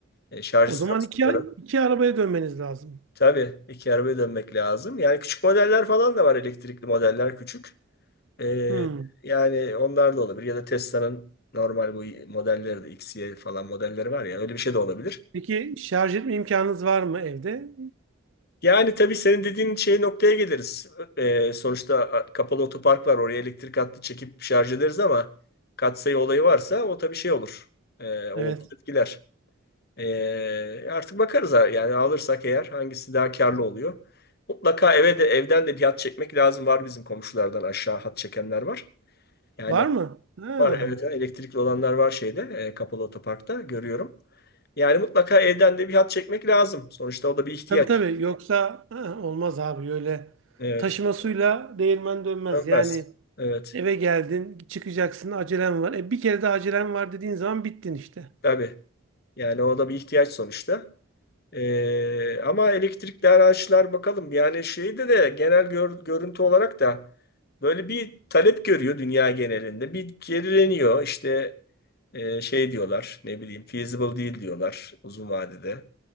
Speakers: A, on the left; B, on the right.
A: E, şarj
B: O
A: istasyonları.
B: zaman iki, iki arabaya dönmeniz lazım.
A: Tabii iki arabaya dönmek lazım. Yani küçük modeller falan da var elektrikli modeller küçük. Ee,
B: Hmm.
A: yani onlar da olabilir. Ya da Tesla'nın normal bu modelleri de X Y falan modelleri var ya öyle bir şey de olabilir.
B: Peki şarj etme imkanınız var mı evde?
A: Yani tabii senin dediğin şey noktaya geliriz. Ee, sonuçta a- kapalı otopark var. Oraya elektrik hattı çekip şarj ederiz ama katsayı olayı varsa o tabii şey olur. Ee, olumsuz
B: Evet.
A: etkiler. Ee, artık bakarız ha- yani alırsak eğer hangisi daha karlı oluyor. Mutlaka eve de evden de bir hat çekmek lazım. Var bizim komşulardan aşağı hat çekenler var. Yani
B: Var mı? Ha.
A: Var evet evet. elektrikli olanlar var şeyde e, kapalı otoparkta görüyorum. Yani mutlaka evden de bir hat çekmek lazım. Sonuçta o da bir ihtiyaç.
B: Tabii tabii. Yoksa ha, olmaz abi öyle.
A: Evet.
B: Taşımasıyla değirmen dönmez.
A: Dönmez.
B: Yani
A: Evet.
B: eve geldin, çıkacaksın, acelen var. E, bir kere de acelen var dediğin zaman bittin işte.
A: Tabii. Yani o da bir ihtiyaç sonuçta. Ee, ama elektrikli araçlar bakalım. Yani şeyde de genel gör- görüntü olarak da böyle bir talep görüyor dünya genelinde. Bir gerileniyor. İşte e, şey diyorlar ne bileyim feasible değil diyorlar uzun vadede.